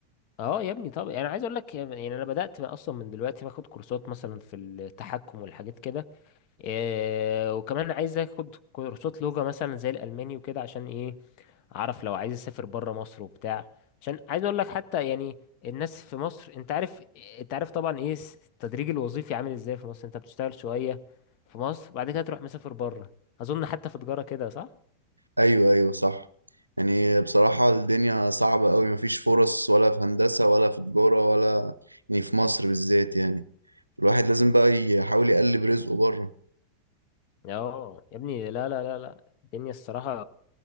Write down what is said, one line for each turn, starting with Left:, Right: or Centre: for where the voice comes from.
Left: اه يا ابني طب انا عايز اقول لك يعني انا بدات اصلا من دلوقتي باخد كورسات مثلا في التحكم والحاجات كده إيه وكمان عايز اخد كورسات لغة مثلا زي الألماني وكده عشان ايه اعرف لو عايز اسافر بره مصر وبتاع عشان عايز اقول لك حتى يعني الناس في مصر انت عارف انت عارف طبعا ايه الس- التدريج الوظيفي عامل ازاي في مصر انت بتشتغل شوية في مصر بعد كده تروح مسافر بره اظن حتى في تجارة كده صح
Right: ايوه ايوه صح يعني بصراحه الدنيا صعبه قوي مفيش فرص ولا في هندسه ولا في تجاره ولا يعني في مصر بالذات يعني الواحد لازم بقى يحاول يقلب رزقه بره
Left: اه يا ابني لا لا لا لا الدنيا الصراحة